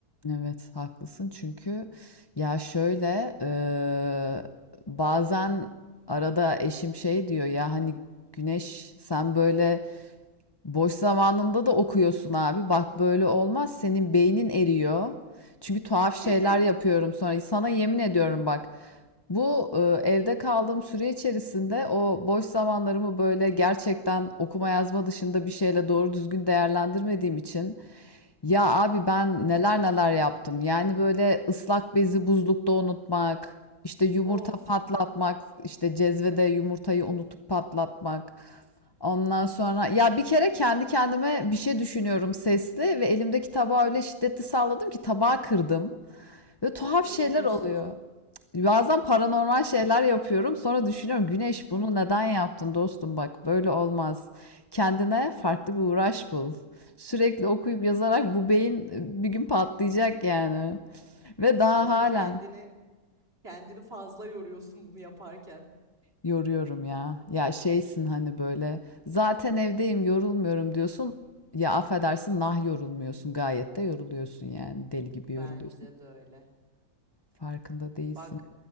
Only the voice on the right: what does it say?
<laughs>
Of,
ne
diyorsun?
Allah
kendini kendini fazla yoruyorsun bunu yaparken.
Bence de öyle.
Bak